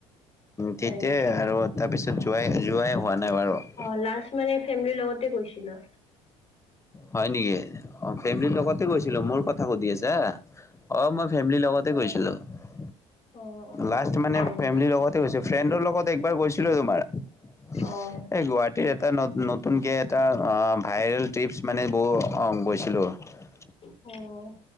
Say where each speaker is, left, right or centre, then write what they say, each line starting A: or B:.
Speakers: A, on the left; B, on the left.
A: হয়
B: তেতিয়াই
A: নেকি
B: আৰু <unintelligible> তাৰপিছত যোৱাই-যোৱাই হোৱা নাই বাৰু। <unintelligible>
A: অঁ লাষ্ট মানে ফেমিলিৰ লগতে গৈছিলা? <unintelligible>
B: হয় নেকি? অ ফেমিলিৰ লগতে গৈছিলোঁ। মোৰ কথা সুধি আছা। <unintelligible> অ, মই ফেমিলিৰ লগতে গৈছিলোঁ। <unintelligible>
A: অ অ
B: লাষ্ট মানে
A: হয় নি
B: ফেমিলিৰ লগতে গৈছোঁ। ফ্ৰেডৰ লগত একবাৰ গৈছিলো তোমাৰ। <unintelligible>
A: অ
B: এই গুৱাহাটীৰ এটা নতুনকে এটা ভাইৰেল ট্ৰিপচ <unintelligible> মানে বহু অঁ গৈছিলোঁ <unintelligible>
A: অঁ! <unintelligible>